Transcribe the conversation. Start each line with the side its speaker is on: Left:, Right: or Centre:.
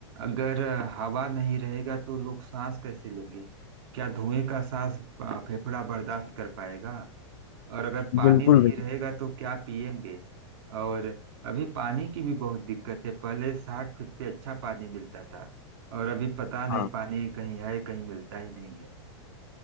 Right: अगर अ, हवा नहीं रहेगा तो लोग सांस कैसे लेंगे क्या धुएं का सांस अ, फेफड़ा बर्दाश्त कर पाएगा और अगर पानी
Left: बिल्कुल
Right: नहीं
Left: भैया
Right: रहेगा तो क्या पिएंगे और अभी पानी की भी बहुत दिक्कत है पहले साठ फीट पे अच्छा पानी मिलता था और अभी पता नहीं
Left: हाँ
Right: पानी कहीं है कहीं मिलता ही नहीं है